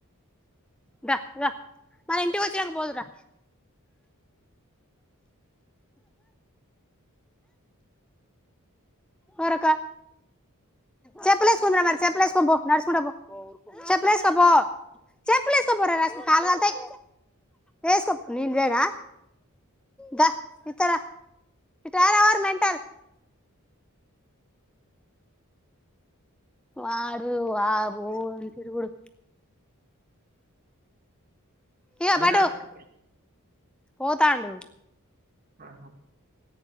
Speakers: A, in the centre; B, on the right.
A: దా దా మన ఇంటికి వచ్చినంగ్ పోోదు రా వరక చెప్పులు వేసుకుందురా మరి చెప్పులు వేసుకో పో నడుచుకుంట పో చెప్పులు ఏసుకోపో చెప్పులు ఏసుకోపోరా కాలు కలతాయి వేసుకో నేను లేనా దా ఇతరా ఇటు రా మరి మంటల్ వాడు వా ఓ ఏం తిరుగుడు ఇక
B: పోయినార
A: పటు
B: కి
A: పోతాండు
B: ఆహా